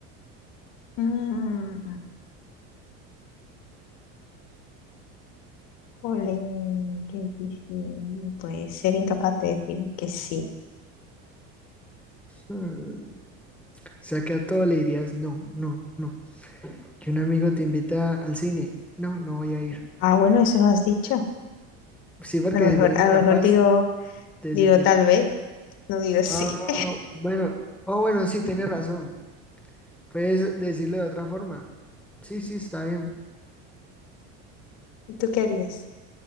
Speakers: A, on the left; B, in the centre.
A: Mm, jolín, qué difícil. Pues ser incapaz de decir que sí.
B: Hmm, O sea que a todo le dirías no, no, no. que un amigo te invita al cine. No, no voy a ir.
A: Ah, bueno, eso no has dicho.
B: Sí, porque
A: A lo mejor,
B: serías
A: a
B: incapaz
A: lo mejor digo,
B: de
A: digo
B: decir que
A: tal
B: sí.
A: vez, no digo sí.
B: Ah, bueno, oh, bueno, sí, tienes razón. Puedes decirlo de otra forma. Sí, sí, está bien.
A: <laughs> ¿Tú qué harías?